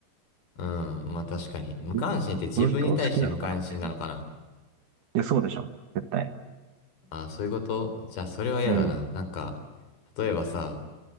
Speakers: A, on the left; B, on the right.
A: ううん、まあ確かに。無関心って自分に対して無関心なのかな
B: <laughs> んこの人好きなのかなみたいな。いや、そうでしょ。絶対。
A: ああ、そういうことじゃあそれは嫌だな。
B: うん、
A: なんか、例えばさ、